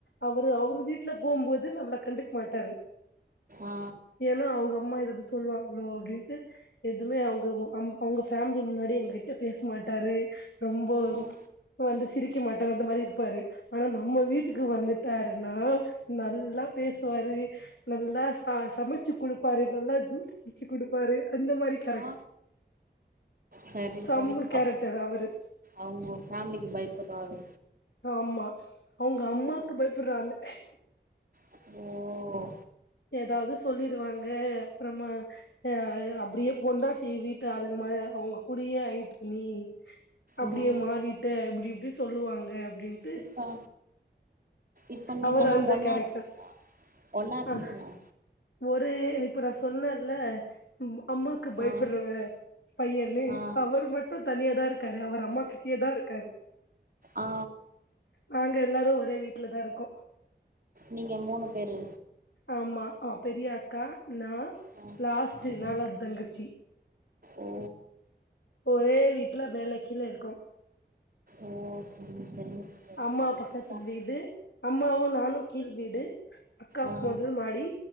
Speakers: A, on the left; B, on the right.
A: அவரு அவரு வீட்ல போம்போது நம்ள கண்டுக் மாட்டாரு
B: ஆ
A: ஏனா அவ்ங்க அம்மா எதாது சொல்லுவாங்ளோ அப்டின்ட்டு எதுமே அவ்கவ்ங்க அம் அவ்ங்க ஃபேம் முன்னாடி எங்ககிட்ட பேசு மாட்டாரு ரொம்போ
B: ம்
A: இப்ப வந்து சிரிக்க மாட்டாரு அந்த மாரி இருப்பாரு ஆனா நம்ம வீட்டுக்கு வந்துட் டாருன்னா நல்லா பேசுவாரு நல்லா ச சமைச்சு குடுப்பாரு நல்லா ஜீஸ் அடிச்சு குடுப்பாரு அந்த மாரி கேரக்ட்
B: ஆ சரி
A: செம்ம
B: சரி
A: கேரக்டர்
B: அப்
A: அவரு
B: அவ்ங்க ஃபேமிலிக்கு பயப்புராரு
A: ஆமா அவ்ங்க அம்மாக்கு பயப்புற ஆளு
B: அப்பிடியா ஓ
A: ஏதாவ்து சொல்லிருவாங்க அப்றமா ய யா அப்டியே பொண்டாட்டி வீட்டு ஆளுங்க மா அவ்ங்க கூடியே ஆய்ட்ட நீ அப்டியே
B: ம்
A: மாறிட்ட அப்டி இப்டி சொல்லுவாங்க அப்டின்
B: இப்பா இப்போ நீங்களா
A: அவர் அந்த
B: ஒன்னா
A: கேரக்டர்
B: ங்ளா ஒன்னா இருக்கீங்ளா
A: அ ஒரு இப்ப நா சொன்னல்ல இந்த அம்மாக்கு பயப்புறவ
B: ஆ
A: பையனு
B: ஆ
A: அவரு மட் இப்ப தனியாதா இருக்காரு அவரு அம்மா கிட்டயேதா இருக்காரு
B: ஆ
A: நாங்க எல்லாரு ஒரே வீட்லதா இருக்கோ
B: நீங்க மூணு பேரு
A: ஆமா அ பெரியா அக்கா நா
B: ஆ
A: லாஸ்ட்டு
B: ஆ
A: நாலாது தங்கச்சி
B: ஓ
A: ஒரே வீட்ல மேல கீழ இருக்கோ
B: ஓ சரிங்க சரிங்க தோழி அப்ப
A: அம்மா
B: ஜாலியா
A: பக்கத்து
B: இருக்கு
A: வீடு அம்மாவு நானு கீழ் வீடு அக்கா
B: ஆ
A: மொத மாடி